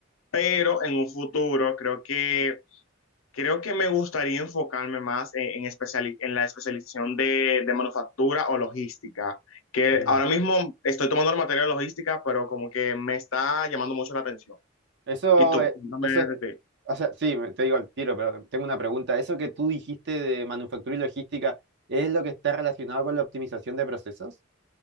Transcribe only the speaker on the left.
Pero en un futuro creo que, creo que me gustaría enfocarme más en, en, especiali- en la especialización de, de manufactura o logística. Que
ahora mismo estoy tomando la materia de logística, pero como que me está llamando mucho la atención.
¿Y tú?
Cuéntame
de ti.